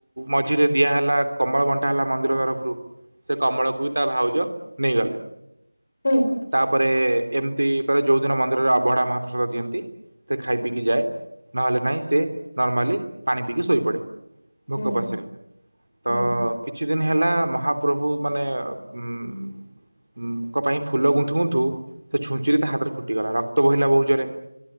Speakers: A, on the right; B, on the left.
A: ମଝିରେ ଦିଆ ହେଲା କମଳ ବଣ୍ଟା ହେଲା ମନ୍ଦିର ତରଫରୁ ସେ କମଳକୁ ବି ତା ଭାଉଜ ନେଇଗଲେ।
B: ହୁଁ।
A: ତାପରେ ଏମିତି କରେ ଯୋଉ ଦିନ ମନ୍ଦିରରେ ଅବଢା ମହାପ୍ରସାଦ ଦିଅନ୍ତି ସେ ଖାଇ ପିଇକି ଯାଏ ନହେଲେ ନାହିଁ ସେ ନର୍ମାଲି ପାଣି ପିଇକି ଶୋଇପଡେ। ଭୋକପାସରେ
B: ହୁଁ
A: ତ
B: ହୁଁ
A: କିଛି ଦିନ ହେଲା ମହାପ୍ରଭୁ ମାନେ ଉଁ ଙ୍କ ପାଇଁ ଫୁଲ ଗୁନ୍ଥୁ ଗୁନ୍ଥୁ ସେ ଛୁଞ୍ଚିରେ ତା ହାତରେ ଫୁଟିଗଲା ରକ୍ତ ବୋହିଲା ବହୁ ଜରେ